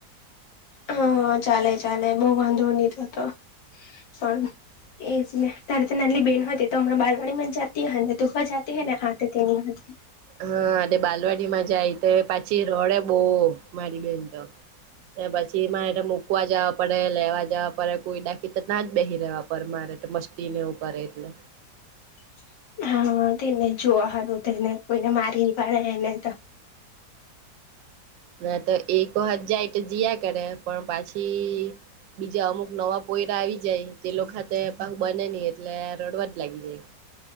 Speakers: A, on the left (about 90°); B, on the right (about 90°).
A: હા ચાલે ચાલે બહુ વાંધો નીધો હતો હ <unintelligible> એજ ને તારે તો નાની બેહેન હો હતી તો હમણાં બારવાડીમાં જ જાતી હોય ને દુઃખ જાતી હય ને હા તેની હો હતી
B: હા એટ બાલવાડીમાં જાય તો પાછી રોડે બહ મારી બેન તો. પછી મારે મૂકવા જવા પડે લેવા જવા પડે કોઈ ડાકીી તો ના જ બેહી રહેેવા પડે મારે. મસ્તી નેવ કરે એટલે.
A: <inaudible> હા તેને જોવા હત તેને કોઈને મારી ન પાડે એને તો.
B: ના તો એ કો હ જાય તો જયા કરે પણ પાછી- - બીજા અમુક નવા પોયરા આવી જાય તે લોકો હાતે બને નહી એટલે આ રડવા જ લાગી જાય.